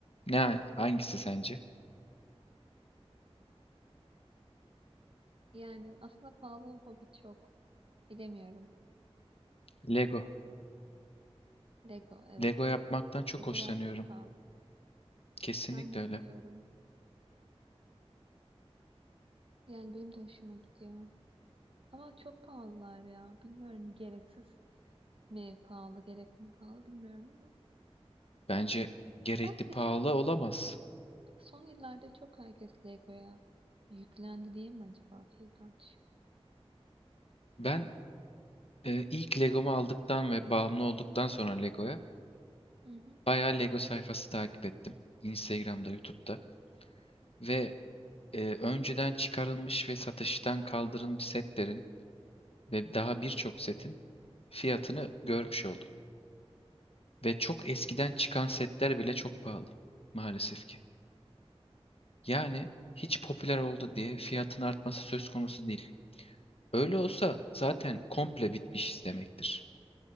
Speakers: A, on the left (about 65°); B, on the right (about 60°).
A: Ne, hangisi sence?
B: Yani aslında pahalı o hobi çok. Bilemiyorum.
A: Lego.
B: Lego evet.
A: Lego yapmaktan çok
B: Legolar
A: hoşlanıyorum.
B: çok pahalı.
A: Kesinlikle
B: Ben de
A: öyle.
B: seviyorum. Yani benim de hoşuma gidiyor. Ama çok pahalılar ya. Bilmiyorum gereksiz mi pahalı, gerekli mi pahalı bilmiyorum ama.
A: Bence gerekli
B: Belki
A: pahalı
B: de çok
A: olamaz.
B: son yıllarda çok herkes Lego'ya yüklendi diye mi acaba fiyat artışı?
A: Ben e, ilk Legomu aldıktan ve bağımlı olduktan sonra Lego'ya
B: Hı hı.
A: Bayağı Lego sayfası takip ettim. Instagram'da, YouTube'da. Ve e, önceden çıkarılmış ve satıştan kaldırılmış setlerin ve daha birçok setin fiyatını görmüş oldum. Ve çok eskiden çıkan setler bile çok pahalı maalesef ki. Yani hiç popüler oldu diye fiyatın artması söz konusu değil. Öyle olsa zaten komple bitmiş demektir.